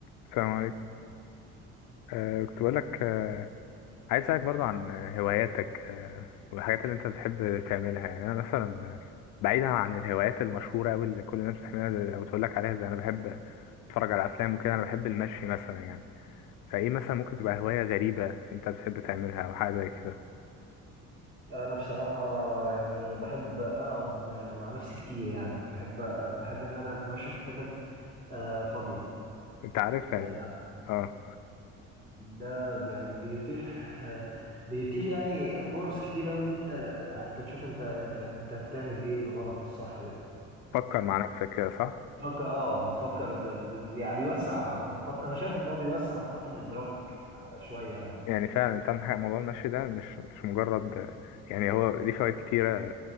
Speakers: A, on the left (about 80°); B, on the right (about 25°).
A: السلام عليكم آه كنت بقولك آه عايز اسألك برضو عن هواياتك آه والحاجات اللي انت بتحب تعملها يعني انا مثلا آه، بعيدا عن الهوايات المشهورة أوي اللي كل الناس بتحبها او تقولك عليها زي انا بحب اتفرج على افلام وكده انا بحب المشي مثلا يعني فايه مثلا ممكن تبقى هواية غريبة انت بتحب تعملها او حاجة زي كده
B: انا بصراحه يعني بحب اقعد مع نفسي كتير يعني بحب بحب ان انا اتمشى في حتت آه، فاضيه
A: انت عارف
B: يعني
A: يعني اه
B: ده يعني بيتيح بيتيح يعني فرص كتير قوي ان انت يعني انت تشوف انت انت انت بتعمل ايه الغلط الصح
A: فكر مع نفسك كده صح
B: تفكر اه بتفكر ب- ب- بي- بيوسع نقاط انا شايف ان هو بيوسع نقاط الادراك شويه يعني
A: يعني فعلا انت عندك حق، موضوع المشي ده مش مش مجرد آه، يعني هو ليه فوائد كتيرة